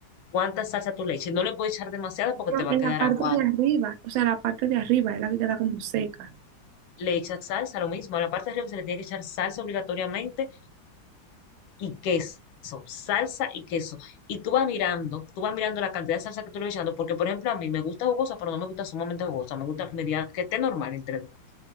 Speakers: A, on the left; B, on the right.
A: ¿Cuánta salsa tú le eches? No le puedes echar demasiada porque
B: Pero
A: te va
B: en
A: a quedar
B: la parte
A: aguada.
B: de arriba, o sea, la parte de arriba es la que queda como seca.
A: Le echas salsa, lo mismo. A la parte de arriba se le tiene que echar salsa obligatoriamente y queso. Salsa y queso. Y tú vas mirando, tú vas mirando la cantidad de salsa que tú le vas echando, porque por ejemplo a mí me gusta jugosa, pero no me gusta sumamente jugosa. Me gusta media, que esté normal entre dos.